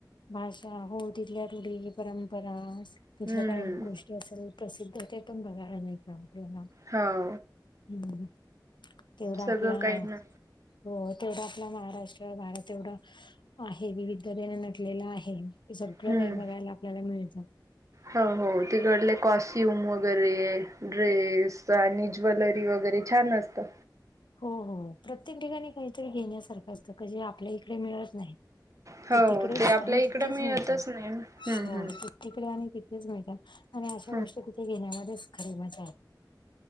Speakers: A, on the left; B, on the right.
A: भाषा हो तिथल्या रूढी, परंपरा-
B: हम्म
A: तिथल्या काय गोष्टी असेल प्रसिद्ध. ते पण बघायला मिळत आपल्याला.
B: हो.
A: हम्म. तेवढा
B: सगळं
A: आपला-
B: काही ना
A: हो. तेवढा आपला महाराष्ट्र भारत एवढा - आहे. विविधने नटलेलं आहे. ते सगळं
B: हम्म
A: काही बघायला आपल्याला मिळत.
B: हो. हो तिकडले कॉसचूम वग- गैरे. ड्रेस आणि ज्वेलरी वगैरे छान असता.
A: हो हो. प्रत्येक ठिकाणी काहीतरी घेण्यासारखं असतं. का जे आपल्या इकडे मिळत नाही.
B: हो
A: ते तिकडेच
B: आपल्या
A: आणि
B: इकडं
A: तिथेच
B: मिळतच
A: मिळत. हो
B: नाही ना. हम्म हम्म.
A: ते तिकडे आणि तिथेच मिळत. आणि अशा
B: हम्म
A: गोष्टी तिथे घेण्यामध्येच खरी मजा आहे.